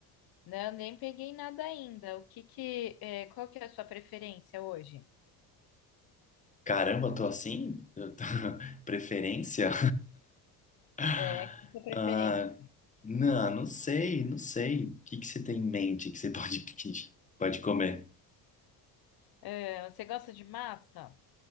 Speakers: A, on the left; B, on the left.
A: né? Eu nem peguei nada ainda. O que que, é, qual que é a sua preferência hoje?
B: Caramba, tô assim? Eu tô- <laughs> Preferência? <laughs>
A: É, qual que é a sua preferência?
B: Ah, não, não sei, não sei. O que que você tem em mente que você pode <laughs> pedir? Pode comer?
A: É, você gosta de massa?